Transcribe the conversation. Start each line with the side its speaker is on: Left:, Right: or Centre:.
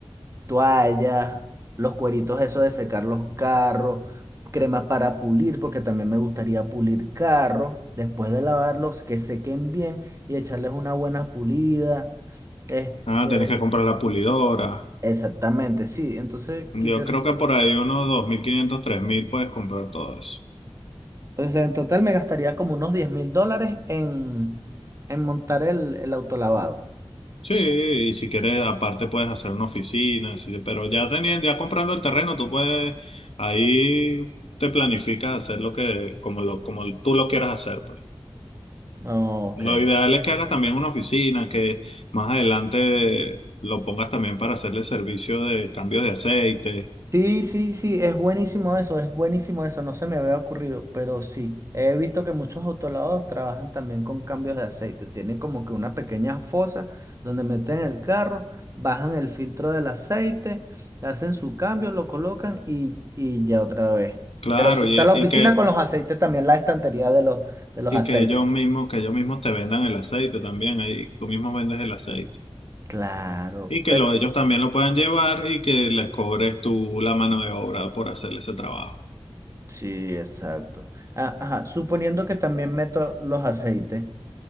Right: toallas, los cueritos esos de secar los carros, cremas para pulir, porque también me gustaría pulir carros, después de lavarlos, que sequen bien y echarles una buena pulida. Este,
Left: Ah, tienes que comprar la pulidora.
Right: Exactamente, sí. Entonces
Left: Yo
Right: quisiera,
Left: creo que por ahí unos dos mil quinientos tres mil puedes comprar todo eso.
Right: o sea, en total me gastaría como unos diez mil dólares en, en montar el, el autolavado.
Left: Sí, y si quieres, aparte puedes hacer una oficina, sí, pero ya teniendo, ya comprando el terreno, tú puedes, ahí te planificas hacer lo que, como lo, como tú lo quieras hacer, pues.
Right: Ok,
Left: Lo ideal es que hagas también una oficina, que más adelante lo pongas también para hacerle servicio de cambios de aceite.
Right: Sí, sí, sí, es buenísimo eso, es buenísimo eso, no se me había ocurrido, pero sí, he visto que muchos autolavados trabajan también con cambios de aceite, tienen como que una pequeña fosa donde meten el carro, bajan el filtro del aceite, hacen su cambio, lo colocan y, y ya otra vez.
Left: Claro,
Right: Pero sí está
Left: y,
Right: la oficina
Left: y que,
Right: con los aceites, también la estantería de los, de los
Left: y
Right: aceites.
Left: que ellos mismos, que ellos mismos te vendan el aceite también, ahí tú mismo vendes el aceite.
Right: Claro,
Left: y que
Right: Pero
Left: lo- ellos también lo puedan llevar y que les cobres tú la mano de obra por hacerle ese trabajo.
Right: sí, exacto. Ah, ajá, suponiendo que también meto los aceites,